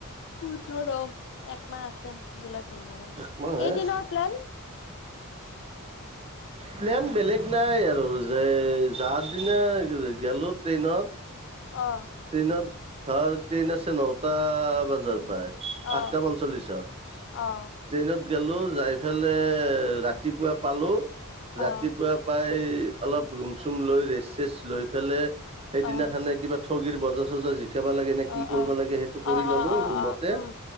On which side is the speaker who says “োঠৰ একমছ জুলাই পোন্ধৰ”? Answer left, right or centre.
Left